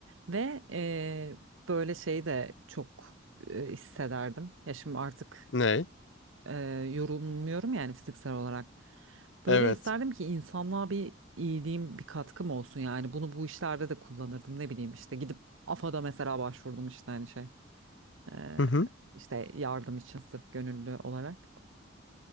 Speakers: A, on the right; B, on the left.
A: ve eee, böyle şey de çok eee, hissederdim ya şimdi artık
B: Ne?
A: eee, yorulmuyorum yani fiziksel olarak böyle
B: Evet.
A: isterdim ki insanlığa bir iyiliğim bir katkım olsun yani bunu bu işlerde de kullanırdım ne bileyim işte gidip AFA'da mesela başvurdum işte hani şey eee,
B: Hı hı.
A: işte yardım için sırf gönüllü olarak